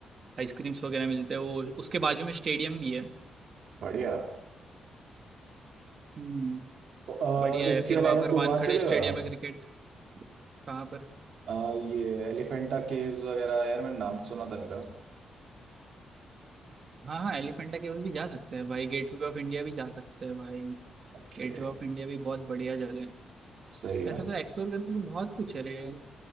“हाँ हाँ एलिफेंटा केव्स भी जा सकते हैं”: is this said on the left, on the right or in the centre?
Right